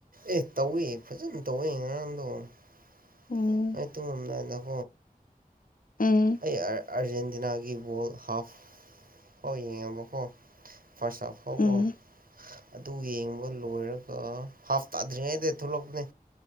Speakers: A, on the right (about 65°); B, on the left (about 65°).
A: ꯑꯦ ꯇꯧꯏ ꯐꯖꯅ ꯇꯧꯋꯦ ꯉꯔꯥꯡꯗꯣ <unintelligible>
B: ꯎꯝ ꯎꯝ
A: ꯑꯩ ꯑꯥꯔꯖꯦꯟꯇꯤꯅꯥꯒꯤ ꯕꯣꯜ ꯍꯥꯐ ꯐꯥꯎ ꯌꯦꯡꯉꯦꯕꯀꯣ ꯐꯁꯐꯒꯣ
B: ꯎꯝ
A: ꯑꯗꯨ ꯌꯦꯡꯕ ꯂꯣꯏꯔꯒ ꯍꯥꯞꯇꯥꯥꯗ꯭ꯔꯤꯉꯩꯗ ꯊꯣꯛꯂꯛꯄꯅꯦ